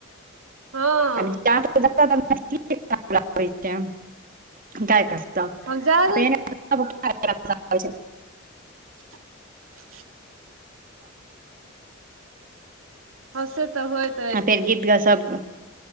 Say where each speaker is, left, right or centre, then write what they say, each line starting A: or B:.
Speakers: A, on the right; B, on the right.
A: हँ
B: <unintelligible> <unintelligible>
A: हम जादा <unintelligible> हां से तऽ होयत।
B: आ फेर गीत ग सब